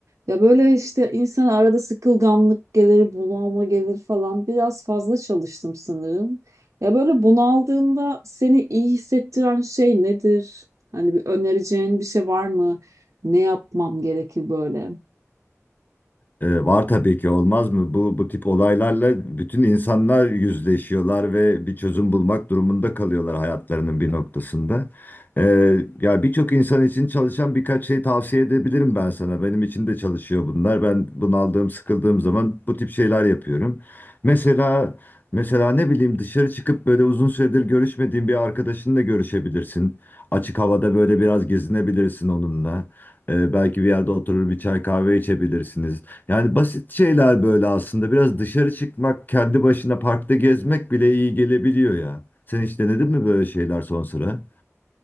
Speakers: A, on the right; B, on the left.
A: ya böyle işte insan arada sıkılganlık gelir, bunalma gelir falan. Biraz fazla çalıştım sanırım. Ya böyle bunaldığında seni iyi hissettiren şey nedir? Hani bir önereceğin bir şey var mı? Ne yapmam gerekir böyle?
B: Ee, var tabii ki olmaz mı? Bu bu tip olaylarla bütün insanlar yüzleşiyorlar ve bir çözüm bulmak durumunda kalıyorlar hayatlarının bir noktasında. Ee, ya birçok insan için çalışan birkaç şey tavsiye edebilirim ben sana. Benim için de çalışıyor bunlar. Ben bunaldığım, sıkıldığım zaman bu tip şeyler yapıyorum. Mesela mesela ne bileyim dışarı çıkıp böyle uzun süredir görüşmediğin bir arkadaşınla görüşebilirsin. Açık havada böyle biraz gezinebilirsin onunla. Ee, belki bir yerde oturur bir çay kahve içebilirsiniz. Yani basit şeyler böyle aslında. Biraz dışarı çıkmak, kendi başına parkta gezmek bile iyi gelebiliyor ya. Sen hiç denedin mi böyle şeyler son sıra?